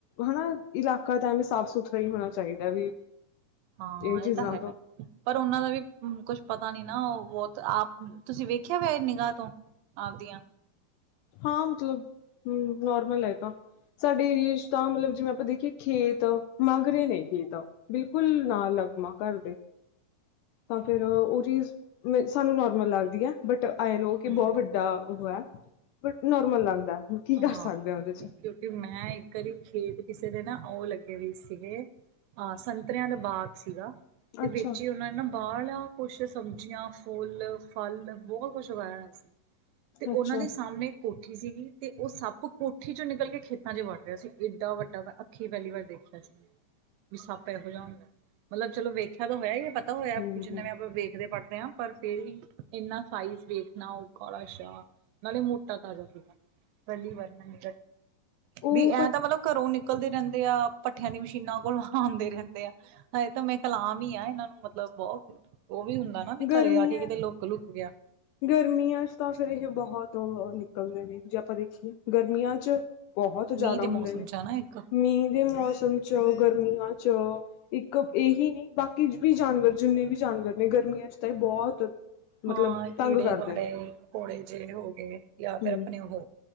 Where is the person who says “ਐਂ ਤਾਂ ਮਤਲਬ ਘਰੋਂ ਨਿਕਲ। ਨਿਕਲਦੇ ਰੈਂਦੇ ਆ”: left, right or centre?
Right